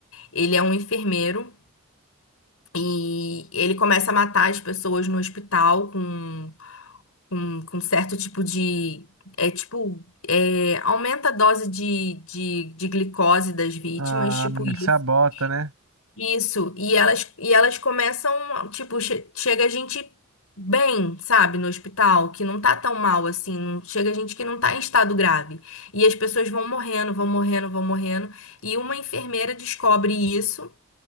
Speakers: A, on the left; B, on the right.
A: Ele é um enfermeiro e ele começa a matar as pessoas no hospital com com, com certo tipo de. É tipo. é, aumenta a dose de, de, de glicose das vítimas,
B: Ah,
A: tipo
B: ele
A: isso.
B: sabota, né?
A: Isso. E elas, e elas começam. Tipo, che- chega gente bem, sabe, no hospital, que não tá tão mal assim. não- Chega gente que não tá em estado grave. E as pessoas vão morrendo, vão morrendo, vão morrendo. E uma enfermeira descobre isso.